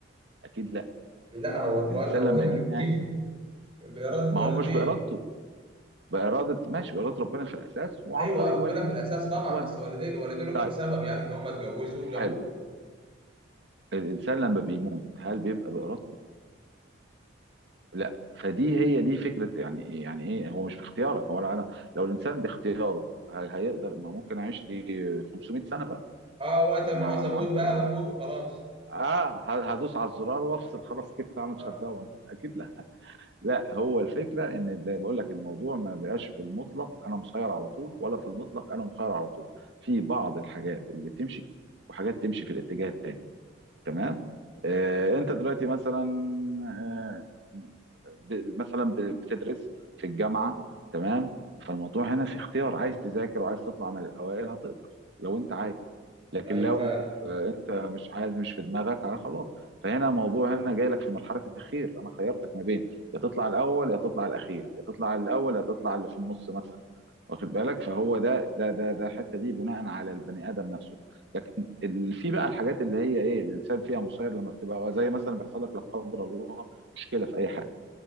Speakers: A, on the right; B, on the right.
A: اكيد لا
B: لا هو اتولى
A: الانسان
B: هو
A: لما
B: <laughs>
A: جه
B: جه بإرادة
A: ما
B: والديه
A: هو مش بارادته باراده ماشي باراده ربنا في الاساس وعن
B: ايوه
A: طريق
B: ربنا
A: والديه
B: في الاساس طبعا
A: اتولد
B: بس والديه والدينه كانوا
A: طيب
B: سبب يعني ان هم اتجوزوا وجابوه
A: حلو الانسان لما بيموت هل بيبقى بارادته لا فدي هي دي فكره يعني يعني ايه هو مش باختيارك ولا انا لو الانسان باختياره هي- هيقدر ما ممكن اعيش لي 500 سنه بقى
B: اه وقت
A: احنا
B: ما عاوز اموت
A: معدل
B: بقى
A: العمر
B: بموت وخلاص
A: اه ه- هدوس على الزرار وافصل خلاص كيف اعمل
B: آه.
A: شت داون اكيد لا. لا هو الفكره ان زي بقول لك الموضوع ما بقاش بالمطلق انا مسير على طول ولا في المطلق انا مخير على طول في بعض الحاجات اللي تمشي وحاجات تمشي في الاتجاه التاني تمام آه، انت دلوقتي مثلا آه، ب- مثلا ب- بتدرس في الجامعه تمام فالموضوع هنا في اختيار عايز تذاكر وعايز تطلع من الاوائل هتقدر لو انت عايز لكن
B: ايوه
A: لو
B: فعلا
A: آه، انت مش عايز مش في دماغك آه، خلاص فهنا الموضوع هنا جاي لك في مرحله التخيير انا خيرتك ما بين يا تطلع الاول يا تطلع الاخير يا تطلع الاول يا تطلع اللي في النص مثلا واخد بالك فهو ده ده ده ده الحته دي بناء على البني ادم نفسه ال- في بقى الحاجات اللي هي ايه الانسان فيها مسير لما بتبقى زي مثلا بيحصل لك لا قدر الله مشكله في اي حاجه